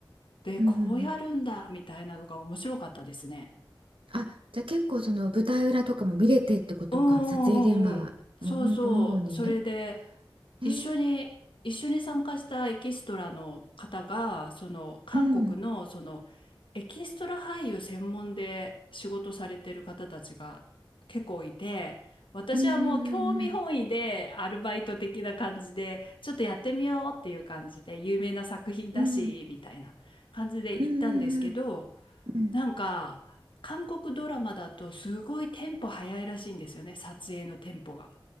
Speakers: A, on the left; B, on the right.
A: で、
B: うんうんうん。
A: こうやるんだみたいなのが面白かったですね。
B: あ、じゃあ結構その舞台裏とかも見れてってことか、
A: うんうんうんうん。
B: 撮影現場もうほんともろに。
A: そうそう。それで、
B: へえ。
A: 一緒に、一緒に参加したエキストラの方が、その、韓国の、
B: うん。
A: その、エキストラ俳優専門で仕事されてる方たちが結構いて、私はもう興味本位でアルバイト的な感じで、
B: うんうん
A: ちょっとやってみようっていう感じで、有名な作品だし、
B: うんうん。うん
A: みたいな感じで行ったんですけど、
B: うんうんうん。うん。
A: なんか、韓国ドラマだとすごいテンポ早いらしいんですよね、撮影のテンポが。